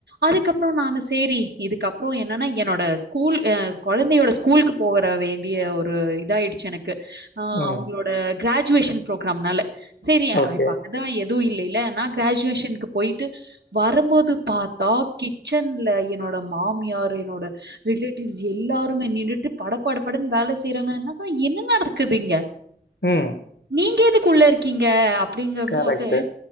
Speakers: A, on the right (about 75°); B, on the left (about 85°).
A: அதுக்கப்றோ நானு சேரி இதுக்கப்றோ என்னன்னா என்னோட ஸ்கூல் கொழந்தையோட ஸ்கூலுக்கு போற வேண்டிய ஒரு இதாயிடுச்சி எனக்கு ஆ
B: ம்.
A: அவுங்களோட கிராஜுவேஷன் ப்ரோக்ராம்னால செரி ஆ
B: ஓகே.
A: இப்ப அதா எதுவு இல்லைல்ல நா கிராஜுவேஷன்க்கு போயிட்டு வரம்போது பாத்தா கிச்சன்ல என்னோட மாமியார் என்னோட ரிலேட்டிவ்ஸ் எல்லாருமே நின்னுட்டு படப்படப்படன் வேல செய்றாங்க நா சொன்ன என்ன நடக்குது இங்க
B: ம்
A: நீங்க எதுக்கு உள்ள இருக்கீங்க அப்டிங்கபோது
B: கரெக்ட்டு.